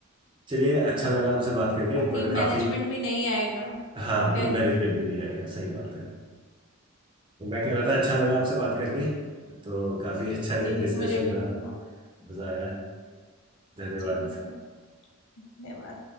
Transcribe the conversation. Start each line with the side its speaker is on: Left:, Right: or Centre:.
Right: चलिए अच्छा लगा आपसे बात करके
Left: और
Right: एक बड़ा
Left: टीम मैनेजमेंट
Right: काफी
Left: भी नहीं आएगा
Right: हाँ टीम
Left: करेक्ट
Right: मैनेजमेंट भी नहीं आएगा सही
Left: ठीक
Right: बात है
Left: है
Right: तो मैं कह रहा था अच्छा लगा आपसे बात
Left: चलो।
Right: करके तो काफी अच्छा ये
Left: जी जी
Right: डिस्कशन
Left: मुझे भी
Right: रहा
Left: ओके
Right: मजा आया धन्यवाद
Left: जी जी धन्यवाद